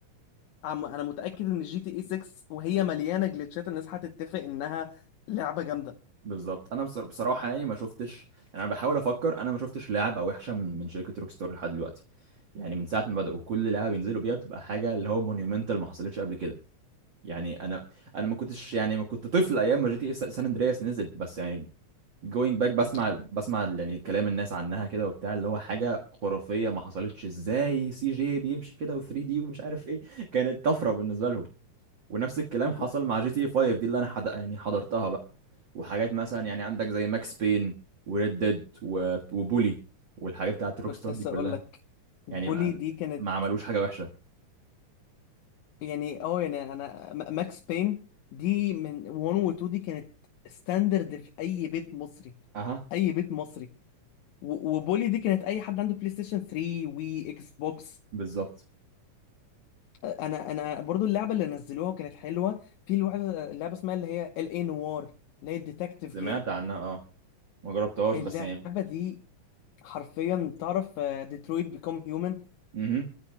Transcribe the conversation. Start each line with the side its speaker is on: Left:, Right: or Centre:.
Left: فانا متاكد ان جي تي اي 6 وهي مليانه جلitchات الناس هتتفق انها لعبه جامده
Right: بالظبط انا بص- بصراحه يعني ما شفتش يعني انا بحاول افكر انا ما شفتش لعبه وحشه من من شركه روك ستار لحد دلوقتي يعني من ساعه ما بداوا كل لعبه بينزلوا بيها بتبقى حاجه اللي هو مونيومنتال ما حصلتش قبل كده يعني انا انا ما كنتش يعني ما كنت طفل ايام ما جي تي سان اندرياس نزلت بس يعني جوينج باك بسمع بسمع يعني كلام الناس عنها كده وبتاع اللي هو حاجه خرافيه ما حصلتش ازاي سي جي بيمشي كده و3 دي ومش عارف ايه كانت طفره بالنسبه لهم ونفس الكلام حصل
Left: لا
Right: مع جي
Left: <laughs>
Right: تي اي 5 دي اللي انا حد... يعني حضرتها بقى وحاجات مثلا يعني عندك زي ماكس بين وريد ديد و... وبولي والحاجات بتاعت روك
Left: كنت
Right: ستار
Left: لسه
Right: دي كلها
Left: اقول لك بولي
Right: يعني ما
Left: دي كانت
Right: ما عملوش حاجة وحشة
Left: يعني اه يعني انا م- ماكس بين دي من 1 و 2 دي كانت ستاندرد في اي بيت مصري
Right: اها
Left: اي بيت مصري و- وبولي دي كانت اي حد عنده بلاي ستيشن 3 وي اكس بوكس
Right: بالظبط
Left: انا انا برضو اللعبه اللي نزلوها كانت حلوه في لعبه لعبه اسمها اللي هي ال اي نوار اللي هي الديتكتيف
Right: سمعت
Left: جيم
Right: عنها اه ما جربتهاش
Left: اللعبه
Right: بس يعني
Left: دي حرفيا تعرف ديترويت بيكوم هيومن
Right: امم